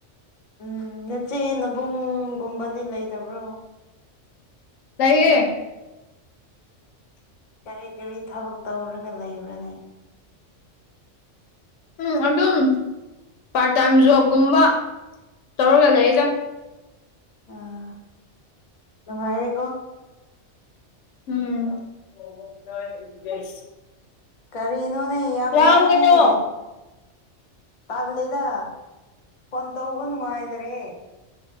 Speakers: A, on the left; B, on the left.
A: ꯎꯝ ꯅꯆꯦ ꯅꯕꯨꯡꯒꯨꯝꯕꯗꯤ ꯂꯩꯇꯕ꯭ꯔꯣ
B: ꯂꯩꯌꯦ
A: ꯀꯔꯤ ꯀꯔꯤ ꯊꯕꯛ ꯇꯧꯔꯒ ꯂꯩꯕ꯭ꯔꯅꯦ
B: ꯎꯝ ꯑꯗꯨꯝ ꯄꯥꯔꯠ ꯇꯥꯏꯝ ꯖꯣꯕꯀꯨꯝꯕ ꯇꯧꯔꯒ ꯂꯩꯗ
A: ꯑꯥ ꯅꯨꯡꯉꯥꯏꯔꯦ
B: ꯎꯝ <unintelligible>
A: ꯀꯔꯤꯅꯣꯅꯦ ꯌꯥꯝ
B: ꯂꯥꯡꯒꯅꯣ
A: ꯂꯥꯡꯉꯦ ꯇꯜꯂꯦꯗ ꯐꯣꯟ ꯇꯧꯕ ꯅꯨꯡꯉꯥꯏꯗꯔꯦ